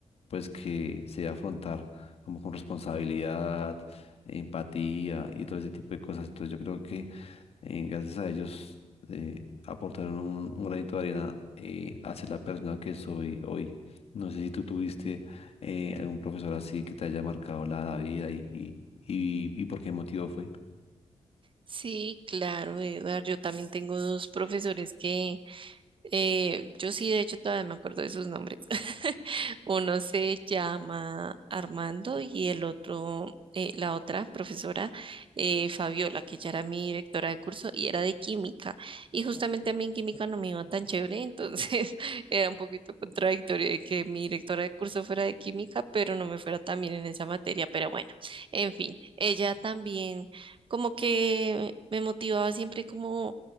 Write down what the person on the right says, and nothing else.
Sí, claro, Eduardo. Yo también tengo dos profesores que, Eh, yo sí, de hecho, todavía me acuerdo de sus nombres. <laughs> Uno se llama Armando y el otro, eh, la otra profesora, eh, Fabiola, que ya era mi directora de curso y era de química. Y justamente a mí en química no me iba tan chévere, entonces <laughs> era un poquito contradictorio de que mi directora de curso fuera de química, pero no me fuera tan bien en esa materia. Pero bueno, en fin, ella también como que me motivaba siempre como